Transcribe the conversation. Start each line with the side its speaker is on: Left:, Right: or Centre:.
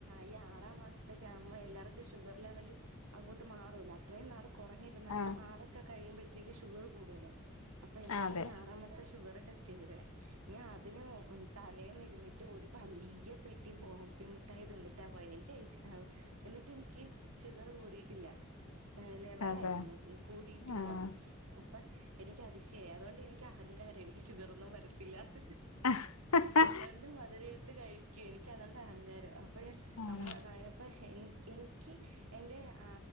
Right: ഈ ആറാം മാസത്തേക്ക് അമ്മ എല്ലാർക്കും ഷുഗർ ലെവൽ അങ്ങോട്ട് മാറൂല്ലോ? അത്രയും നാൾ കുറഞ്ഞിരുന്നാലും
Left: ആഹ്
Right: ആറ് ഒക്കെ കഴിയുമ്പഴത്തേക്ക് ഷുഗർ കൂടുല്ലോ? അപ്പോ എന്റെടുത്ത്
Left: അതെ
Right: പറയും ആറാം മാസത്തെ ഷുഗർ ടെസ്റ്റ് ചെയ്ത് വരാൻ ഞ അതിന് തലേന്നിരുന്നിട്ട് ഒരു വലിയ പെട്ടി ബോംബി മി മിട്ടായി തിന്നിട്ടാ പോയെ എനിക്ക് അതിഷ്ട്ടാ എന്നിട്ട് ഇനി ഇനി യ്ക്ക് ഷുഗർ കൂടിയിട്ടില്ല. ലെവലായിരുന്നു.
Left: അതെ
Right: കൂടിയിട്ടില്ലായിരുന്നു.
Left: ആഹ്
Right: അപ്പോ എനിക്ക് അതിശയായി അതോണ്ട് എനിക്ക് അഹങ്കാരയി എനിക്ക് ഷുഗറൊന്നും വരത്തില്ലാന്ന്
Left: അഹ, അഹ, അഹ.
Right: ഒരു മധുരടുത്ത് കഴിക്ക് എനിക്കതന്റെ അഹങ്കാരം അപ്പഴേ
Left: ആഹ്
Right: നമ്മള ന എപ്പ എ എനിക്ക് എന്റെ ആ